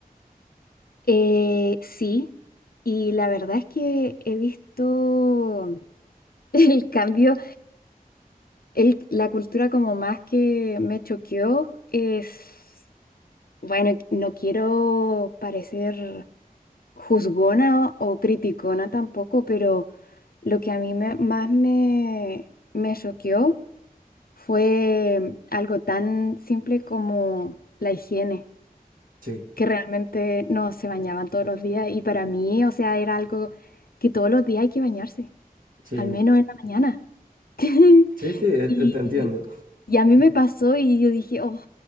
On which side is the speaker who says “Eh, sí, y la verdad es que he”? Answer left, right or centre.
Left